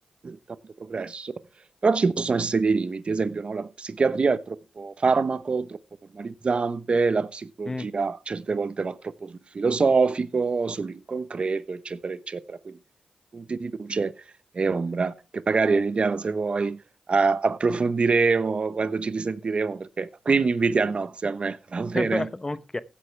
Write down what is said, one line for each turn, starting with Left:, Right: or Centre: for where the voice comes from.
Right: tanto progresso però ci possono essere dei limiti, ad esempio, no, la psichiatria è troppo farmaco, troppo normalizzante, la psicologia
Left: Mm.
Right: certe volte va troppo sul filosofico, sull'inconcreto, eccetera, eccetera. Quindi punti di luce e ombra, che magari Emiliano, se vuoi, a- approfondiremo quando ci risentiremo, perché qui mi inviti a nozze a me, va bene?
Left: <laughs> Ok,